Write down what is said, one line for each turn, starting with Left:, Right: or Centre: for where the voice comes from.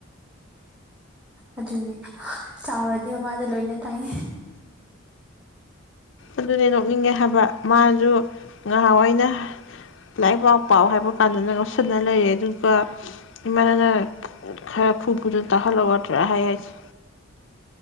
Centre: ꯑꯗꯨꯅꯦ ꯆꯥꯎꯔꯗꯤ ꯃꯃꯥꯗ ꯂꯣꯏꯅ ꯇꯥꯏ
Left: ꯑꯗꯨꯅ ꯅꯤꯡꯉꯦ ꯍꯥꯏꯕ ꯃꯥꯖꯨ ꯉꯥꯍꯥꯟꯋꯥꯏꯅ ꯂꯥꯏꯔꯤꯛ ꯄꯥꯎ ꯄꯥꯎ ꯍꯥꯏꯕ ꯀꯥꯟꯗꯅ ꯉꯣꯁꯤꯟꯅ ꯂꯩꯔꯦ ꯑꯗꯨꯒ ꯏꯃꯥꯅꯅ ꯈꯔ ꯐꯨ ꯐꯨꯗꯅ ꯇꯥꯍꯜꯂꯧꯌꯗ꯭ꯔꯥ ꯍꯥꯏ ꯍꯥꯏꯁꯤ